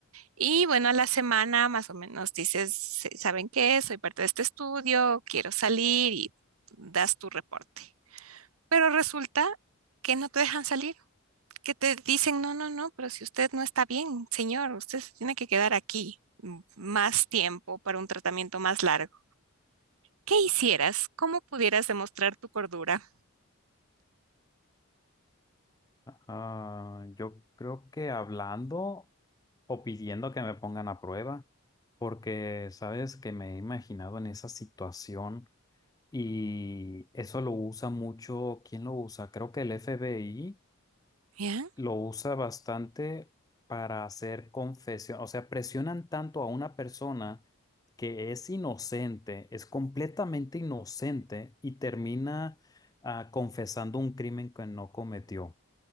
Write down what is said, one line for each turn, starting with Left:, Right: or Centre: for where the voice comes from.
Right: y bueno, a la semana más o menos dices, "Se- ¿saben qué? Soy parte de este estudio, quiero salir y das tu reporte. Pero resulta que no te dejan salir, que te dicen, no, no, no, pero si usted no está bien, señor, usted se tiene que quedar aquí mm, más tiempo para un tratamiento más largo. ¿Qué hicieras? ¿Cómo pudieras demostrar tu cordura?
Left: Ah, yo creo que hablando o pidiendo que me pongan a prueba, porque sabes que me he imaginado en esa situación Y eso lo usa mucho, ¿quién lo usa? Creo que el FBI
Right: ¿Ya?
Left: lo usa bastante para hacer confesión, o sea, presionan tanto a una persona que es inocente, es completamente inocente y termina ah, confesando un crimen que no cometió.